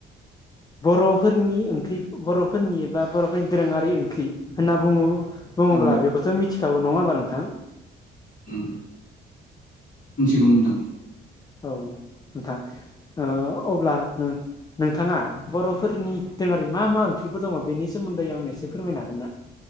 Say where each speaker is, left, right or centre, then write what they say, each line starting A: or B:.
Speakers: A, on the left; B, on the left.
A: बर'फोरनि ओंख्रि बर'फोरनि एबा बर'फोरनि दोरोङारि ओंख्रि होनना बुङो। बुङोब्ला
B: औ
A: बेखौथ' मिथिखागौ नङा होनबा नोंथां
B: उम मिथिगौ‌ नोंथां।
A: औ नोंथां ओ अब्ला नोंथाङा बर'फोरनि तोलबारि मा मा ओंख्रिफोर दङ बेनि सोमोन्दै आंनो इसे फोरमायनो हागोन ना।